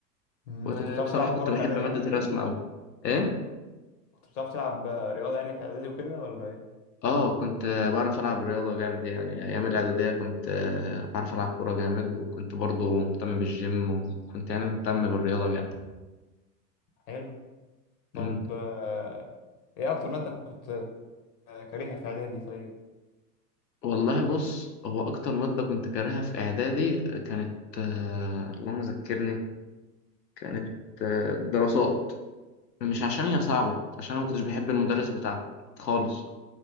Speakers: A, on the left; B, on the left.
A: مم،
B: وبصراحة
A: كنت بتعرف تلعب كورة
B: كنت بحب
A: في إعدادي
B: مادة
A: يعني وكده؟
B: الرسم أوي إيه؟
A: كنت بتعرف تلعب آه، رياضة يعني في إعدادي وكده ولا إيه؟
B: آه كنت آه، بعرف ألعب رياضة جامد يعني أيام الإعدادية كنت آه، بعرف ألعب كورة جامد وكنت برضو مهتم بالجيم وكنت يعني مهتم بالرياضة جامد
A: حلو
B: مم.
A: طب آه، إيه أكتر مادة كنت آه، كارهها في إعدادي طيب؟
B: والله بص هو أكتر مادة كنت كارهها في إعدادي كانت آه، اللهم ذكرني كانت آه، دراسات مش عشان هي صعبة عشان أنا ما كنتش بحب المدرس بتاعها خالص